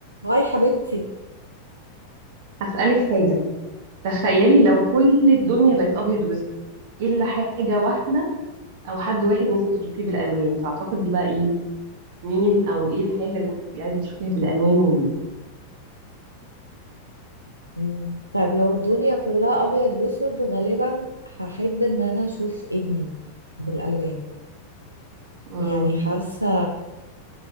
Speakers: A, on the right; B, on the right.
A: هاي حبيبتي
B: هسألك حاجة تخيلي لو كل الدنيا بقت أبيض وأسود إيه إلا حاجة واحدة أو حد واحد ممكن تشوفيه بالألوان تعتقدي بقى إيه مين أو إيه الحاجة اللي هتبقي عايزة تشوفيها بالألوان وليه
A: مم. طيب لو الدنيا كلها ابيض واسود غالبا هحب ان انا اشوف ابني بالالوان
B: مم.
A: يعني حاسه